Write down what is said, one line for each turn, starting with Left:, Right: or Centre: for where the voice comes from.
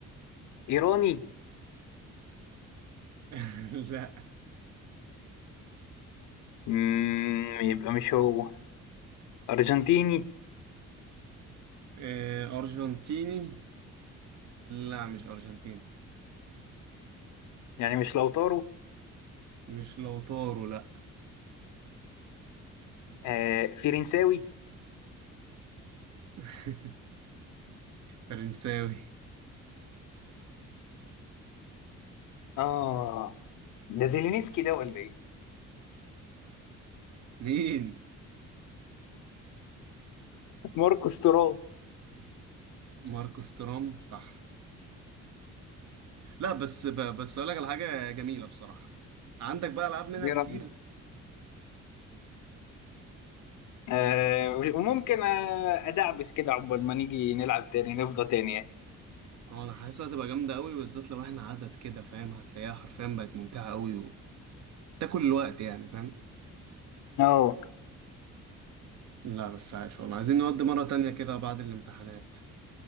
Left: ايراني
Right: <laughs> لا
Left: مم، يبقى مش هو ارجنتيني
Right: آه، ارجنتيني لا مش ارجنتيني
Left: يعني مش لوتارو
Right: مش لوتارو لا
Left: آه فرنساوي
Right: <laughs> فرنساوي
Left: اه ده زيلينسكي ده ولا ايه؟
Right: مين
Left: ماركوس تورام
Right: ماركوس تورام صح لا بس ب... بس اقول لك على حاجه جميله بصراحه عندك بقى العاب منها
Left: دي
Right: كتير
Left: رأيي. آه وممكن آه، ادعبس كده عقبال ما نيجي نلعب تاني نفضى تاني يعني
Right: اه انا حاسسها هتبقى جامده قوي بالذات لو احنا عدد كده فاهم هتلاقيها حرفيا بقت ممتعه قوي وتاكل الوقت يعني فاهم
Left: اه
Right: لا بس عايش والله عايزين نودي مره تانية كده بعد الامتحانات